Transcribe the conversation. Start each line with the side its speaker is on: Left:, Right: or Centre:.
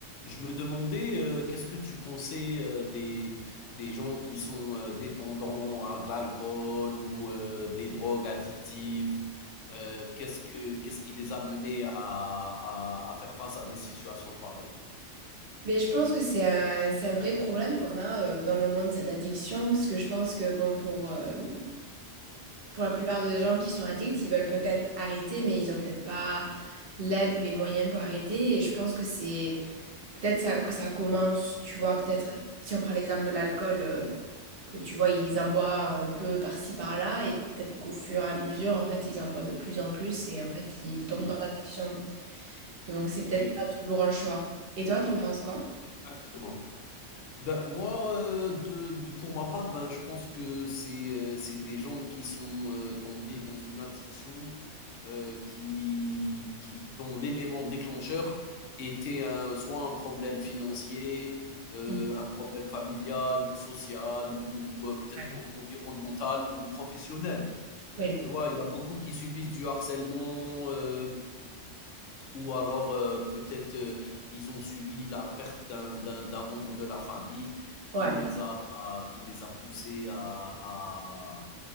Left: Je me demandais, euh, qu'est-ce que tu pensais euh, des, des gens qui sont euh, dépendants à de l'alcool ou euh, des drogues addictives? Euh, qu'est-ce que, qu'est-ce qui les a menés à, à, à faire face à des situations pareilles?
Right: Mais je pense que c'est un, c'est un vrai problème qu'on a euh, dans le monde, cette addiction, parce que je pense que bon, pour, euh, pour la plupart des gens qui sont addicts, ils veulent peut-être arrêter, mais ils ont peut-être pas l'aide ou les moyens pour arrêter. Et je pense que c'est peut-être ça, que ça commence, tu vois, peut-être si on prend l'exemple de l'alcool, euh, que tu vois, ils en boivent un peu par-ci, par-là, et peut-être qu'au fur et à mesure, en fait, ils en boivent de plus en plus, et en fait, ils tombent
Left: Oui,
Right: dans l'addiction. Donc, c'est peut-être
Left: oui,
Right: pas toujours un choix. Et toi, t'en penses quoi?
Left: exactement. Ben, moi, euh, de, de- pour ma part, ben, je pense que c'est euh, c'est des gens qui sont euh, tombés dans une addiction euh, qui, qui, dont l'élément déclencheur était un- soit un problème financier, euh,
Right: Mm.
Left: un problème familial, social ou, ou, euh, peut-être
Right: Ouais.
Left: en- environnemental ou professionnel.
Right: Oui.
Left: Tu vois, il y a beaucoup qui subissent du harcèlement, euh, ou alors euh, peut-être euh, ils ont subi la perte d'un d'un- d'un membre de la famille qui
Right: Ouais.
Left: les a, à- qui les a poussés à, à,